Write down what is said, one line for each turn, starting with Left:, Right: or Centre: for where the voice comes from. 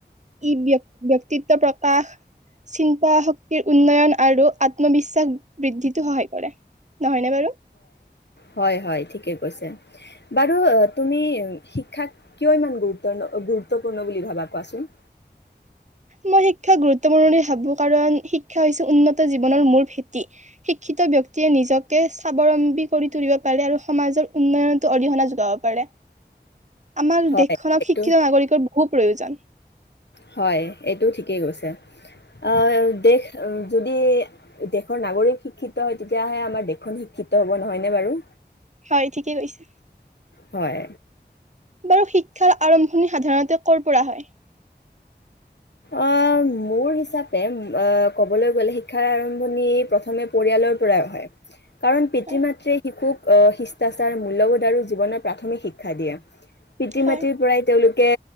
Right: ই ব্য-ব্যক্তিত্ব প্ৰকাশ, চিন্তা শক্তিৰ উন্নয়ন আৰু আত্মবিশ্বাস বৃদ্ধিটো সহায় কৰে। নহয়নে বাৰু?
Left: হয়-হয় ঠিকে কৈছে, বাৰু তুমি শিক্ষাক কিয় ইমান গুৰুত-গুৰুত্বপূৰ্ণ বুলি ভাবা কোৱাচোন?
Right: মই <unintelligible> বুলি ভাবো কাৰণ শিক্ষা হৈছে উন্নত জীৱনৰ মূল ভেটি, শিক্ষিত ব্যক্তিয়ে নিজকে স্বাৱলম্বী কৰি তুলিব পাৰে আৰু সমাজৰ উন্নয়নতো অৰিহণা যোগাব পাৰে। আমাৰ
Left: হয়
Right: দেশখনক
Left: এইটো
Right: শিক্ষিত নাগৰিকৰ বহু প্ৰয়োজন।
Left: হয়, এইটোও ঠিকেই কৈছে। অ দেখ যদি দেশৰ নাগৰিক শিক্ষিত হয় তেতিয়াহে আমাৰ দেশখন শিক্ষিত হ'ব নহয়নে বাৰু?
Right: হয় ঠিকেই কৈছে।
Left: হয়।
Right: বাৰু শিক্ষাৰ আৰম্ভণি সাধাৰণতে কৰ পৰা হয়?
Left: আহ মোৰ হিচাপে আহ কবলৈ গ'লে শিক্ষাৰ আৰম্ভণি প্ৰথমে পৰিয়ালৰ পৰাই হয়, কাৰণ পিতৃ
Right: হয়
Left: মাতৃয়ে শিশুক আহ শিষ্টাচাৰ, মূল্যবোধ আৰু জীৱনৰ প্ৰাথমিক শিক্ষা দিয়ে। পিতৃ-মাতৃৰ
Right: হয়
Left: পৰাই তেওঁলোক কে